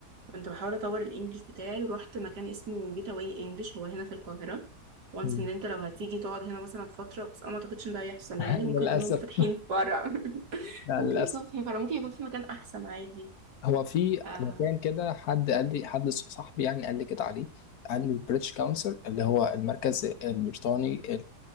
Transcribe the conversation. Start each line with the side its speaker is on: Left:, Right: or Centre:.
Right: كنت بحاول اطور الانجليش بتاعي ورحت مكان اسمه جيت اواي انجليش هو هنا في القاهره وانس
Left: مم.
Right: ان انت لو هتيجي تقعد هنا مثلا فتره بس انا ما اعتقدش ان ده هيحصل
Left: <laughs>
Right: يعني ممكن
Left: للأسف
Right: يكونوا فاتحين في فرع <laughs>
Left: لا
Right: ممكن
Left: للأسف
Right: يكونوا فاتحين فرع ممكن يكون في مكان احسن عادي
Left: هو في
Right: آه.
Left: مكان كده حد قال لي حد صاحبي يعني قال لي كده عليه قال لي البريتش كونسل اللي هو المركز البريطاني